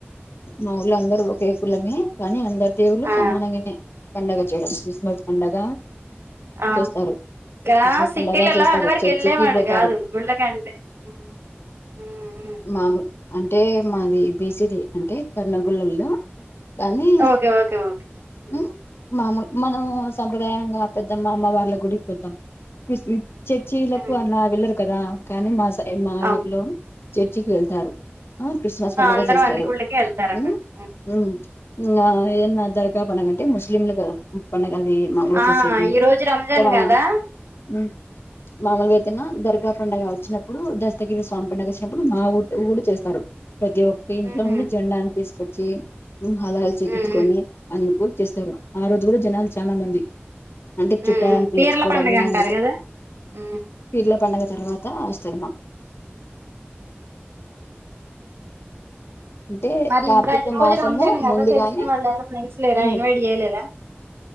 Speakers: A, on the left; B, on the right.
A: మా ఊర్లో అందరూ ఒకే కులమే కానీ అందరు దేవుల్లు
B: ఆ
A: సమానంగమె పండగ చేయడం క్రిస్మస్ పండగ
B: ఆ
A: చేస్తారు
B: గా
A: క్రిస్మస్
B: సిటీలల
A: పండగ చేస్తారు
B: అది వర
A: చర్చికి
B: కెళ్లేవాళ్ళు
A: పోతారు
B: కాదు గుళ్ళకంటే ఉ ఊ ఊ
A: మామూలు అంటే మాది బిసిడి అంటే కర్నగొల్లోల్లు కానీ
B: ఓకే ఓకే ఓకే
A: మ్
B: ఉమ్,
A: మామూల్ మనము సంప్రదాయంగా పెద్దమ్మ అమ్మవార్ల గుడికి పోతాం <unintelligible> చట్ చీలకు
B: ఉమ్,
A: అలా వెళ్లరు కదా కానీ మా సైడ్ మా
B: అవును
A: ఊర్లో చర్చికి వెళ్తారు ఆ క్రిస్మస్ పండగ
B: ఆ, అందరూ
A: చేస్తారు
B: అన్ని గుళ్ళకి వెళ్తారు అన్నట్టు
A: ఉమ్ ఉమ్ ఇంగ ఏదన్నా దర్గా పండగంటే ముస్లింలు కద పండగల్ ది మనం
B: ఆ
A: చేసేది
B: ఈ రోజు రంజాన్
A: ఇక్కడ
B: కదా
A: ఉమ్ మామూలుగైతెనా దర్గా పండగ వచ్చినప్పుడు దస్తగిరి స్వామి పండగ వచ్చినప్పుడు మా ఊట్ ఊడ్ చేస్తారు ప్రతి ఒక్క ఇంట్లో
B: ఉహు,
A: నుండి
B: ఉమ్,
A: జెండాని తీసుకొచ్చి ఉమ్ హలాల్ చేపించుకొని
B: ఉమ్,
A: అందుకు చేస్తరు ఆ రోజు కూడా జనాలు చానా మంది అంటే
B: ఉమ్,
A: చుట్టాలని
B: ఉమ్.
A: పిల్చుకోవడము
B: పీర్ల పండుగ అంటారు
A: అందుకు
B: కదా ఉమ్.
A: పిర్ ల పండగ తర్వాత వస్తది మాక్ అంటే
B: మరి
A: కార్తీక
B: ఇంకా ఈ రోజు
A: మాసము
B: రంజానేగద
A: ముందుగానే
B: తెలిసిన వాళ్ళు ఎవరు ఫ్రెండ్స్ లేరా
A: ఉమ్
B: ఇన్వైట్ చేయలేరా